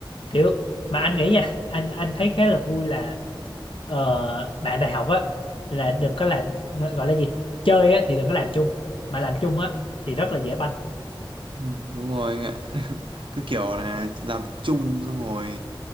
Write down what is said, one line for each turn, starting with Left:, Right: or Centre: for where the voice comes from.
Left: kiểu mà anh nghĩ nha anh anh thấy khá là vui là ờ, bạn đại học á là đừng có làm gọi là gì chơi á thì đừng có làm chung mà làm chung á thì rất là dễ banh
Right: Ừ, đúng rồi anh ạ <laughs> cứ kiểu là làm chung xong rồi